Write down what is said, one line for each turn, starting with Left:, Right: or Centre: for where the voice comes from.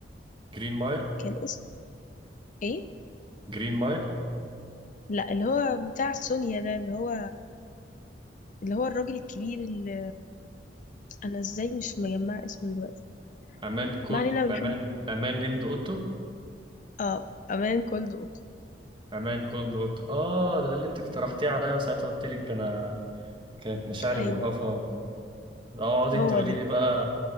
Right: جرين مايل
Left: كان اسمه ايه
Right: جرين مايل
Left: لا اللي هو بتاع سونيا ده اللي هو اللي هو الراجل الكبير اللي انا ازاي مش مجمع اسمه دلوقتي
Right: امان كولد
Left: ما علينا بحب
Right: امان امان نيمد اوتو
Left: اه امان كولد اوبس
Right: امان كولد اوتو اه ده, ده اللي انت اقترحتيه عليا وساعتها قلت لك انا كانت مشاعري
Left: ايوه
Right: مرهفة اقعد
Left: هو
Right: انت قولي
Left: ده
Right: لي بقى